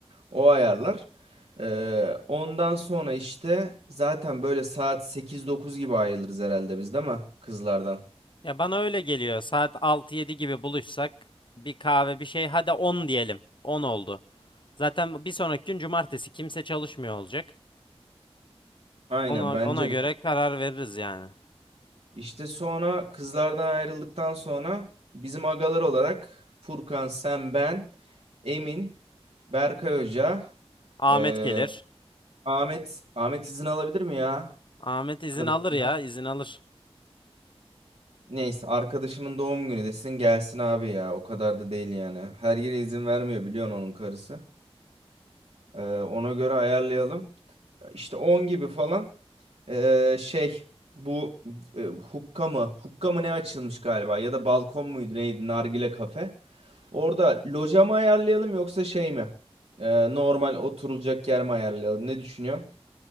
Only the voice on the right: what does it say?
O ayarlar. Ee, ondan sonra işte zaten böyle saat sekiz-dokuz gibi ayrılırız herhalde biz değil mi? Kızlardan.
Aynen
bence
de.
İşte sonra kızlardan ayrıldıktan sonra bizim agalar olarak Furkan, sen, ben, Emin, Berkay Hoca,
eee,
Ahmet Ahmet izin alabilir mi ya?
Karısından.
Neyse arkadaşımın doğum günü desin gelsin abi ya. O kadar da değil yani. Her yere izin vermiyor biliyorsun onun karısı. Eee, ona göre ayarlayalım. işte 10 gibi falan eee, şey bu e, hukka mı hukka mı ne açılmış galiba ya da balkon muydu neydi nargile kafe. Orada loja mı ayarlayalım yoksa şey mi? Eee, normal oturulacak yer mi ayarlayalım? Ne düşünüyorsun?